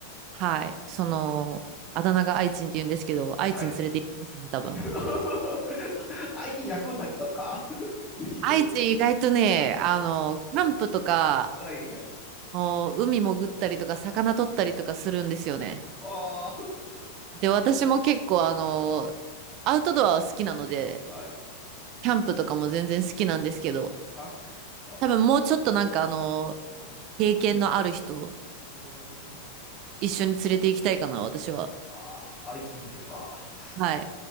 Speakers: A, on the right; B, in the centre.
A: はい、その、あだ名が愛知って言うんですけど、愛知に連れて行きますね、
B: はい。
A: 多分。
B: <laughs> IT に役に立ちますか <laughs> 無人島で。
A: 愛知意外とね、あの、キャンプとか、
B: はい、はい。
A: もう海潜ったりとか、魚取ったりとかするんですよね。
B: はあ。
A: で、私も結構、あの、
B: うん
A: アウトドアは好きなので、
B: はい。
A: キャンプとかも全然好きなんですけど、
B: はい。あ
A: 多分もうちょっとなんかあの、
B: うん。
A: 経験のある人、
B: うーん。
A: 一緒に連れて行きたいかな、私は。
B: ああ、愛人ですか。
A: はい。